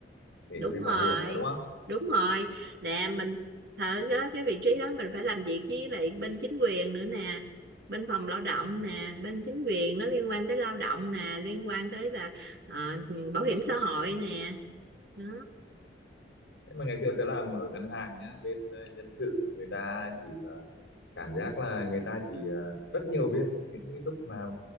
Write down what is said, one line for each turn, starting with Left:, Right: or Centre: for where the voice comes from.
Left: kể
Right: đúng
Left: cả bên
Right: rồi
Left: bảo hiểm nữa đúng không
Right: đúng rồi nè mình thử á, cái vị trí đó mình phải làm việc với lại bên chính quyền nữa nè bên phòng lao động
Left: à.
Right: nè bên chính quyền nó liên quan tới lao động nè liên quan tới là ờ, bảo hiểm xã hội nè đó
Left: thế mà ngày xưa tớ làm ở ngân hàng nhá bên ờ, nhân sự người ta chỉ ờ, cảm giác là người ta chỉ ờ, rất nhiều việc những cái lúc mà